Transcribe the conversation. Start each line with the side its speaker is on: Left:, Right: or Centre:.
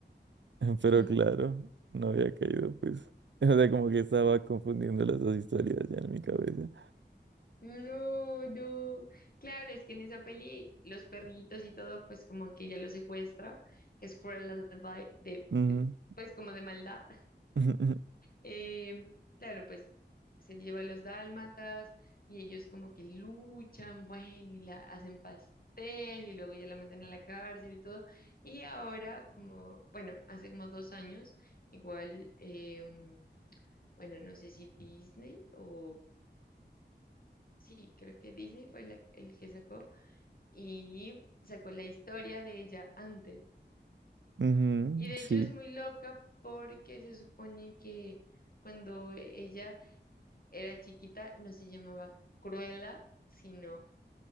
Right: <laughs> Pero
Left: Mm.
Right: claro, no había caído, pues. <laughs> O sea, como que estaba confundiendo las dos historias ya en mi cabeza.
Left: No, no. Claro, es que en esa peli los perritos y todo, pues como que ella los secuestra, que es Cruella de, Vil- de-
Right: Ujú,
Left: de- pues como de maldad.
Right: <laughs> ujú,
Left: Eh, claro, pues se lleva a los dálmatas y ellos como que luchan, bueno, y la hacen pastel y luego ya la meten a la cárcel y todo. Y ahora, como, bueno, hace como dos años, igual, em, bueno, no sé si Disney o... Sí, creo que Disney fue la- el que sacó. y sacó la historia de ella antes.
Right: ujú,
Left: Y de
Right: sí.
Left: hecho es muy loca porque se supone que cuando ella era chiquita no se llamaba Cruella, sino